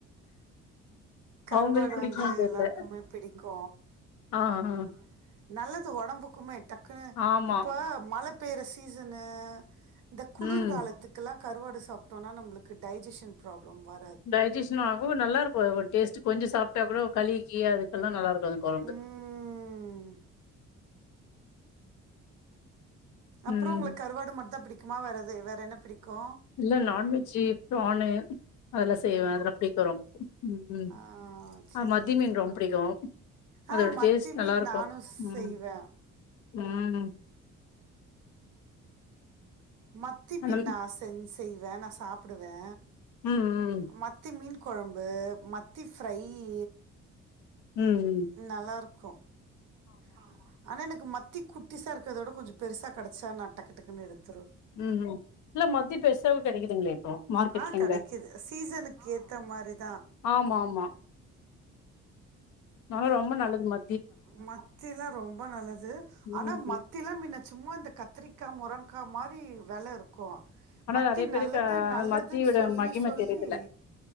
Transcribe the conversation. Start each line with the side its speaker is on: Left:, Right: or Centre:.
Right: கருவாடு
Left: அவுங்களுக்கு புடிக்குமான்
Right: வந்து
Left: தெர்ல
Right: எல்லாருக்குமே பிடிக்கு
Left: ஆ
Right: அ
Left: ஆ
Right: நல்லது ஒடம்புக்குமே டக்கு
Left: ஆமா
Right: இப்ப மழ பேயிற சீசனு இந்த குளிர்காலத்துக்கல்லா
Left: ம்
Right: கருவாடு சாப்டோனா நம்மளுக்கு டைஜஷன் ப்ராப்ளம் வ
Left: டைஜஷனு ஆகு நல்லா இருக்கு டேஸ்டு கொஞ்ச சாப்ட்டா கூட கழிக்கி அதுக்கல்லா நல்ல இருக்கு அந்த கொழம்பு
Right: ம் அப்பறோ
Left: ம்
Right: உங்களுக் கருவாடு மட்டுதா பிடிக்குமா வேறு எது வேற என்ன பிடிக்கு
Left: இல்ல நான் வெஜ்ஜி ப்ரானு அதல்லா செய்வ அதலா பிடிக்கு ரொம் உ
Right: ஆ சேரி
Left: ஆ மத்தி மீன் ரொம்ப புடிக்கு அதோட
Right: ஆ மத்தி
Left: டேஸ்ட்
Right: மீன்
Left: நல்லா இருக்கு
Right: நானு
Left: ம்
Right: செய்வே
Left: ம்
Right: மத்தி மீன்
Left: அந்த
Right: நா சென் செய்வ நா சாப்புடுவே
Left: ம் ம்
Right: மத்தி மீன் கொழம்பு மத்தி ஃப்ரையீ
Left: ம் ம்
Right: நல்லாயிருக்கு ஆமா அனா எனக்கு மத்தி குட்டிசா இருக்கறத விட கொஞ்சோ பெருசாக கெடச்சா நா டக்கு டக்குன்னு எடுத்
Left: ம் ம் இல்ல மத்தி பெருசாவு கெடைக்குதுங்களே இப்போ மார்க்கெட்லங்க
Right: ஆ கெடைக்குது சீசனுக்கு ஏத்த மாரி தா
Left: ஆம்மாம்மா நா லா ரொம்ப நல்லது ம
Right: மத்திலா ரொம்ப நல்லது
Left: ம்
Right: அனா மத் தில மின்ன சும்மா இந்த கத்திரிக்கா முரங்கா மாரி வெல இரு க்கு
Left: ஆனா
Right: மத்தி
Left: நெறைய பேருக்கு
Right: நல்லது
Left: அஹ்,
Right: நல்லதுன்னு
Left: மத்தியோட
Right: சொல்லி
Left: மகிம
Right: சொல்லி
Left: தெரியுதுல